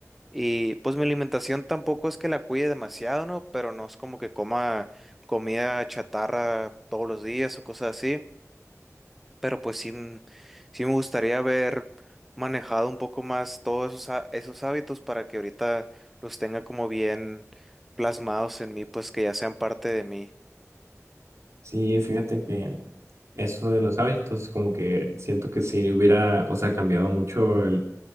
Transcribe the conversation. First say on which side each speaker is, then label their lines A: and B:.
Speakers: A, in the centre; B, on the right.
A: Y pues mi alimentación tampoco es que la cuide demasiado, ¿no? Pero no es como que coma comida chatarra todos los días o cosas así. Pero pues sí, m- sí me gustaría haber manejado un poco más todos esos, ha- esos hábitos para que ahorita los tenga como bien plasmados en mí, pues que ya sean parte de mí.
B: Sí, fíjate que eso de los hábitos, como que siento que sí hubiera, o sea, cambiado mucho el,